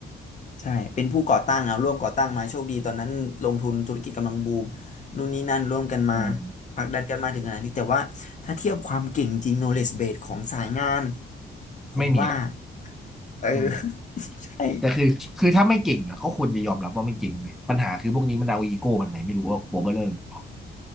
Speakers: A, on the left (about 40°); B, in the centre.
A: ใช่ เป็นผู้ก่อตั้งเอาร่วมก่อตั้งมาโชคดีตอนนั้นลงทุนธุรกิจกำลังบูมนู่นนี่นั่นร่วมกันมา
B: เออ
A: ผลักดันกันมาถึงขนาดนี้แต่ว่าถ้าเทียบความเก่งจริง knowledge base ของสายงานผมว่า
B: ไม่มีละ
A: เออ
B: อืม
A: <laughs> ใช่
B: แต่คือคือถ้าไม่เก่งอะก็ควรจะยอมรับว่าไม่เก่งเลยปัญหาคือพวกนี้มันเอาอีโก้มันไหนไม่รู้ว่าหัวเบลเร่อเ